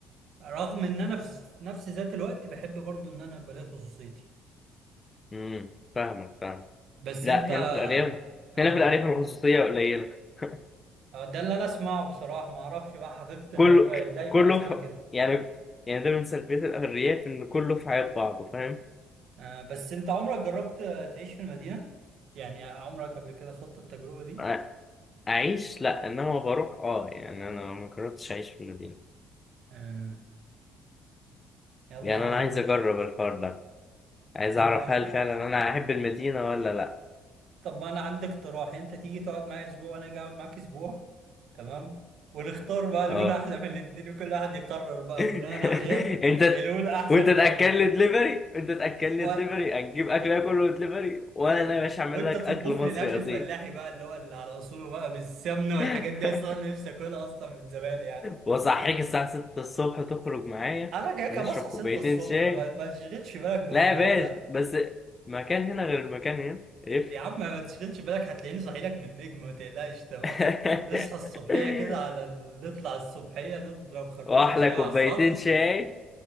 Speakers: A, on the right (about 60°); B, on the left (about 30°).
A: رغم ان انا في نفس ذات الوقت بحب برضو ان انا بلاقي خصوصيتي
B: امم فاهمك فاهم
A: بس
B: لا
A: انت
B: هنا في الأرياف
A: اه
B: هنا في الأرياف الخصوصية قليلة <laughs>
A: آه، ده اللي انا اسمعه بصراحه ما اعرفش بقى حقيقه
B: كله
A: الموضوع ايه دايما
B: كله
A: اسمع
B: في
A: كده
B: يعني يعني ده من سلبيات الأرياف إن كله في حياة بعضه فاهم
A: آه بس انت عمرك جربت آه، تعيش في المدينه يعني عمرك قبل كده خضت التجربه دي
B: أ- أعيش لأ إنما بروح أه يعني أنا ما جربتش أعيش في المدينة
A: آه يلا
B: يعني
A: يا عم
B: أنا عايز
A: على
B: أجرب الحوار ده عايز
A: طب
B: أعرف
A: يا عم
B: هل فعلا أنا أحب المدينة ولا لأ
A: طب ما انا عندي اقتراح انت تيجي تقعد معايا اسبوع وانا اجي اقعد معاك اسبوع تمام ونختار بقى الاولى
B: أه
A: احلى من الاتنين وكل واحد يقرر بقى
B: <laughs>
A: بناء عليها
B: أنت
A: الاولى احسن
B: وأنت تأكل
A: فعلا
B: لي دليفري أنت تأكل لي
A: و...
B: دليفري هتجيب أكل آكله دليفري وأنا يا باشا أعمل
A: وانت
B: لك
A: تطبخ
B: أكل مصري
A: لي الاكل الفلاحي
B: أصيل
A: بقى اللي هو اللي على اصوله بقى بالسمنه والحاجات
B: <laughs>
A: دي اصلا انا نفسي اكلها اصلا من زمان يعني
B: وأصحيك الساعة 6 الصبح تخرج معايا
A: انا كده
B: نشرب
A: كده بصحى
B: كوبايتين
A: 6 الصبح
B: شاي
A: ما, ما تشغلش بالك بالموضوع
B: لا يا باشا
A: ده
B: بس مكان هنا غير المكان هنا يفرق
A: يا عم ما تشغلش بالك هتلاقيني صاحي لك من النجم ما تقلقش تمام
B: <laughs>
A: نصحى الصبحيه كده على ال- نطلع الصبحيه نضرب خربوش
B: واحلى
A: الشاي
B: كوبايتين
A: على السطح
B: شاي